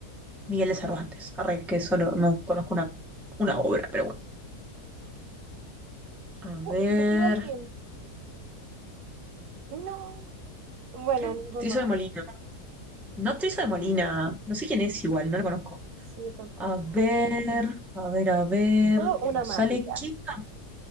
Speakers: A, in the centre; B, on the right.
A: Miguel de Cervantes. Arre, que solo no conozco una, una obra, pero bueno. A ver.
B: Oh, ¿se metió alguien? No. Bueno,
A: creo
B: ninguno.
A: que Triso de Molina. No, Triso de Molina. No sé quién es igual, no lo conozco.
B: Sí, yo tampoco.
A: A ver, a ver, a ver,
B: Puedo
A: que
B: una
A: nos
B: más
A: sale.
B: y ya.
A: ¿Quién, ca-